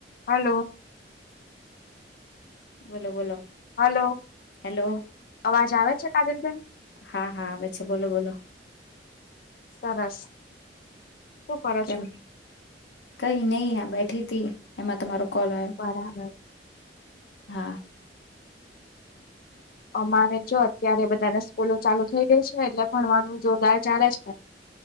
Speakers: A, on the left; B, on the left.
A: Hello.
B: બોલો બોલો.
A: Hello,
B: hello
A: અવાજ આવે છે કાજલબેન.
B: હા હા આવે છે બોલો બોલો
A: સરસ, શું કરો
B: કેમ
A: છો?
B: કઈ નઈ આ બેઠી હતી એમાં તમારો કોલ આવ્યો
A: બરાબર.
B: હા.
A: અમારે જો અત્યારે બધાનાં સ્કૂલો ચાલુ થઈ ગઈ છે એટલે ભણવાનું જોરદાર ચાલે છે.